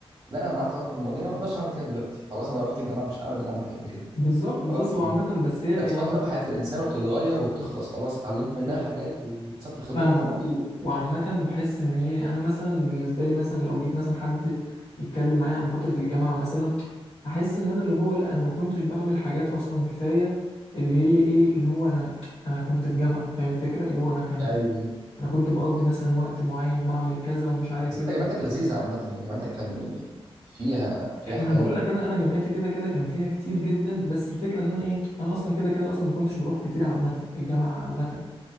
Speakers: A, on the right; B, on the left.
A: لا انا لما قعدت افكر في المواضيع انا ما اقدرش اعمل كده دلوقتي خلاص انا رحت الجامعه مش هعمل اللي انا عملته قبل كده
B: بالظبط بالظبط
A: خلاص
B: وعامه
A: يعني
B: بس هي
A: كانت
B: هي
A: فتره
B: عامه
A: في حياه الانسان وبتتغير وبتخلص خلاص اتعلمت منها
B: هي
A: حاجات واكتسبت خبره
B: فاهمك
A: وخلاص
B: و... وعامة بحس إن هي يعني أنا مثلا بالنسبة لي مثلا لو جيت مثلا حد يتكلم معايا عن فترة الجامعة مثلا أحس إن أنا اللي هو لأ أنا ما كنتش بعمل حاجات أصلا كفاية اللي هي إيه اللي هو أنا أنا كنت في جامعة فاهم الفكرة اللي هو أنا كان
A: ايوه
B: أنا كنت بقضي مثلا وقت معين بعمل كذا ومش عارف
A: بس انت
B: إيه وكده
A: جامعتك لذيذه عامه يعني جامعتك كان يعني فيها فيها حياه
B: ما أنا بقول
A: برضه
B: لك أنا أنا جامعتي كده كده كان فيها كتير جدا بس الفكرة إن أنا إيه أنا أصلا كده كده أصلا ما كنتش بروح كتير عامة الجامعة عامة